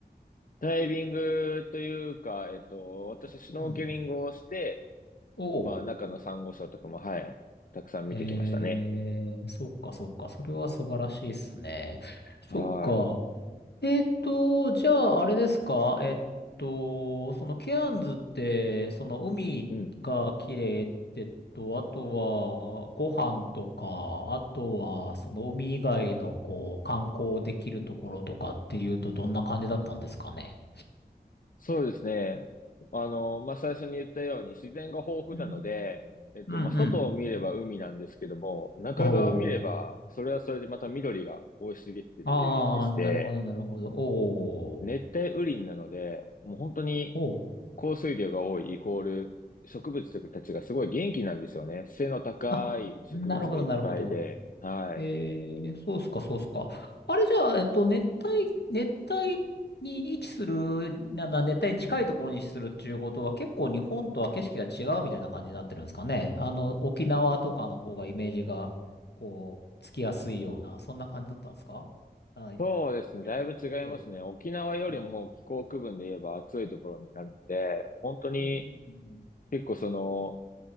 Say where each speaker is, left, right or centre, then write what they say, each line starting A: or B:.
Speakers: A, on the left (about 55°); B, on the left (about 85°).
A: ダイビングというか、えっと、私はシュノーケリングをして、
B: うん。おう。
A: まあ、中のサンゴ礁とかも、はい、たくさん見てきましたね。
B: えー、そっかそっか。それは素晴らしいっすね。そっか。
A: は
B: えーっと、じゃあ、あれですかえっと、そのケアンズって、その海が綺麗ってと、
A: い。うん。
B: あとはご飯とか、あとはその海以外のこう観光できるところとかっていうとどんな感じだったんですかね
A: そうですね。あの、まあ、最初に言ったように自然が豊富なので、
B: うん、
A: えっと、
B: うんうん。
A: まあ、外を見れば海なんですけども、中側を見れば、
B: おー。
A: それはそれでまた緑が生い茂っているエリアでして、
B: あー、なるほど、なるほど。おー。
A: 熱帯雨林なので、もう本当に降水量が多いイコール植物たちがすごい元気なんですよね。
B: おー。
A: 背の高い植物がいっぱいで。
B: あ、なるほど、なるほど。
A: はい。
B: えー、そうっすか、そうっすか。あれじゃあ、えっと、熱帯、熱帯に位置する、な、まあ、熱帯に近いところに位置するっていうことは、結構日本とは景色が違うみたいな感じになってるんですかね。あの、沖縄とかの方がイメージが、こう、つきやすいような、そんな感じだったんですかはい。
A: そうですね。
B: ひ
A: だいぶ違いますね。
B: とか。
A: 沖縄よりも気候区分で言えば暑いところになるので、
B: ああ。
A: 本当に
B: うんうんうんうん。
A: 結構その、